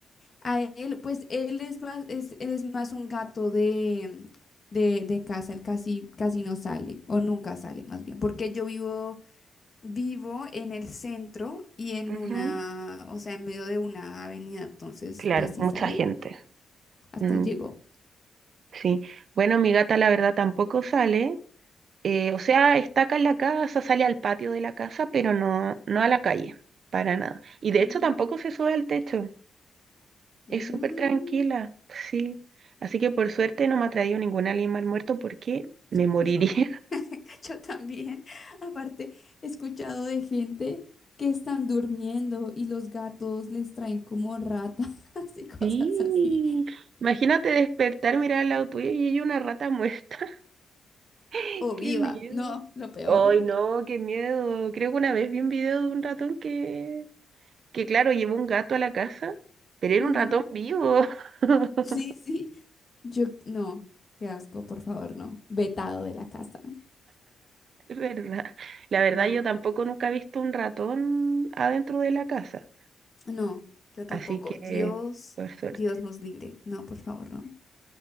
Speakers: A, on the left (about 45°); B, on the right (about 65°).
A: A él, pues él es más, es, él es más un gato de, de, de casa, él casi, casi no sale, o nunca sale más bien, porque yo vivo, vivo en el centro y en
B: Ujú.
A: una, o sea, en medio de una avenida, entonces,
B: Claro,
A: pues sí
B: mucha
A: sale,
B: gente.
A: hasta
B: Mm,
A: ahí llegó.
B: sí. Bueno, mi gata la verdad tampoco sale. Eh, o sea, está acá en la casa, sale al patio de la casa, pero no, no a la calle, para nada. Y de
A: Mm,
B: hecho tampoco se sube al techo. Es
A: mm.
B: súper tranquila, sí. Así que por suerte no me ha traído ningún animal muerto porque me
A: <laughs>
B: moriría. <laughs>
A: Yo también, aparte, he escuchado de gente que están durmiendo y los gatos les traen como ratas <laughs> y cosas
B: Sí.
A: así.
B: Imagínate despertar, mirar al lado tuyo y hay una rata muerta. <laughs>
A: o
B: Qué
A: viva.
B: miedo.
A: No, lo peor.
B: Ay, no, qué miedo. Creo que una vez vi un video de un ratón que, que claro, llevó un gato a la casa, pero era
A: Ujú.
B: un ratón vivo. <laughs>
A: Sí, sí. Yo, no, qué asco, por favor, no. Vetado de la casa.
B: Es verdad. La verdad,
A: No,
B: yo tampoco nunca he visto un ratón adentro de la casa.
A: no, yo tampoco.
B: Así que,
A: Dios,
B: por suerte.
A: Dios nos libre. No, por favor, no.